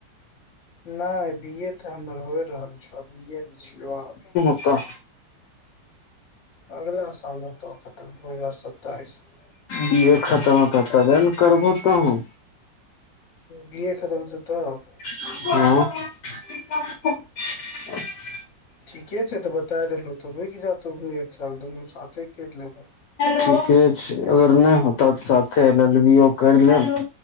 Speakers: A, on the left; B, on the left.
A: नहि बी ए तऽ हमर होइ रहल छ, बी ए मे छियौ अभी।
B: तऽ।
A: अगिला साल होतो आब खतम, दू हजार सत्ताइस मे।
B: बी ए खतम होतऽ तबे ने करबो तोहु।
A: बीए खतम हेतै तब।
B: हँ। <inaudible>
A: ठीके छै तऽ बताय देलहु तऽ रुक जा तुहू एक साल दुनू साथे कैर लेबै।
B: ठीके छै अगर नहि होत तऽ साथे एल एल बी ओ करि लेब।